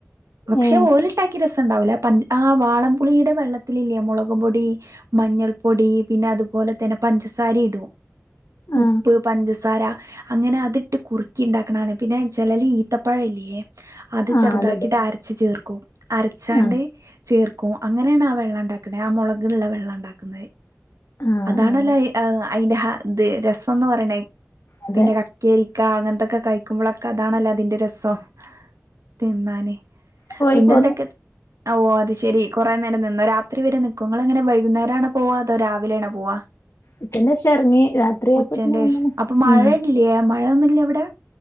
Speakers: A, on the right; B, on the left.
A: പക്ഷെ
B: ഏ
A: ഓല്ണ്ടാക്കി രസം ണ്ടാവൂല ആ വാളംപുളിയുടെ വെള്ളത്തിലില്ലേ മൊളകുംപൊടി മഞ്ഞൾ പൊടി പിന്നെ അതുപോലെ തന്നെ പഞ്ചസാര ഇടും
B: ആ
A: ഉപ്പ്, പഞ്ചസാര അങ്ങനെ അത് ട്ട് കുറുക്കി ഉണ്ടാക്കണാണ് പിന്നെ ചെലോല് ഈത്തപ്പഴല്ലേ അത്
B: ആ
A: ചെറുതാക്കിയിട്ട്
B: അതെതെ
A: അരച്ചു ചേർക്കും അരച്ചാണ്ട്
B: ആ
A: ചേർക്കും അങ്ങനാണ് ആ വെള്ളം ണ്ടാക്കണെ ആ മൊളക്ള്ള വെള്ളം ണ്ടാക്ക്ന്ന
B: ആ
A: അതാണല്ലോ
B: ആ
A: അതിന്റെ രസംന്ന് പറയണേ
B: അതെ
A: പിന്നെ കക്കേരി ക്ക അങ്ങനത്തൊക്കെ കഴിക്കുമ്പോഴൊക്കെ അതാണല്ലോ അതിന്റെ രസം തിന്നാന്
B: പോയി
A: പിന്നെ
B: പോന്നു
A: എന്തൊക്കെ ഓ അത് ശെരി കൊറെേ നേരം നിന്നോ രാത്രി വരെ നിക്കോ എങ്ങനെ വൈകുന്നേരാണോ പോവാ അതോ രാവിലെണെ പോവാ
B: ഉച്ചന്റെ ശേഷം ഇറങ്ങി രാത്രിയായപ്പോത്തിന്
A: ഉച്ചന്റെഷം
B: വന്നണ്
A: അപ്പൊ മഴ
B: ഉം
A: ഇല്ലേ മഴൊന്നുല്ല ഇവിടെ